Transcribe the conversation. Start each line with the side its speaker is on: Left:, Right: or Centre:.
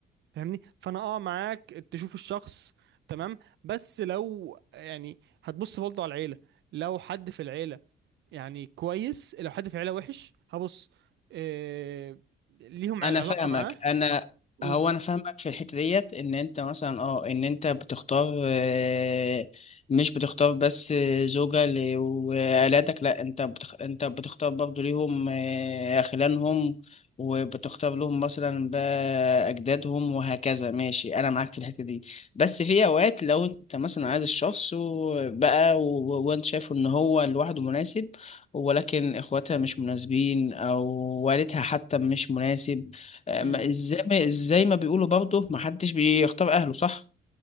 Right: فاهمني فانا اه معاك تشوف الشخص تمام بس لو يعني هتبص برضه على العيله لو حد في العيله يعني كويس لو حد في العيله وحش هبص إيه ليهم
Left: انا
Right: علاقه
Left: فاهمك
Right: معاه
Left: انا
Right: و...
Left: هو انا فاهمك في الحته ديت ان انت مثلا اه ان انت بتختار آه، مش بتختار بس زوجة ل- وعيالاتك لا انت بتخ... انت بتختار برضه ليهم آه، خلانهم وبتختار لهم مثلا بقى اجدادهم وهكذا ماشي انا معاك في الحته دي بس في اوقات لو انت مثلا عايز الشخص وبقى و... وانت شايف ان هو لوحده مناسب ولكن اخواتها مش مناسبين او والدها حتى مش مناسب آه،
Right: مم.
Left: ما ازاي ما ازاي ما بيقولوا برضه ما حدش بيختار اهله صح